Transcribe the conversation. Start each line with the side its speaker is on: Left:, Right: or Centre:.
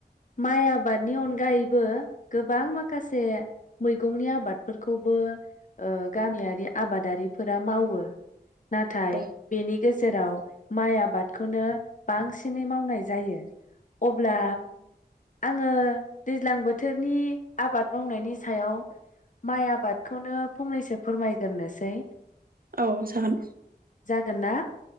Left: माइ आबादनि अनगायैबो गोबां माखासे मैगंनि आबादफोरखौबो गामियारि आबादारिफोरा मावो नाथाय
Right: औ
Left: बेनि गेजेराव माइ आबाद खौनो बांसिनै मावनाय जायो अब्ला आङो दैज्लां बो बोथोरनि आबाद मावनायनि सायाव माइ आबादखौनो फंनैसो फोरमायग्रोसै
Right: औ जागोन
Left: जागोन ना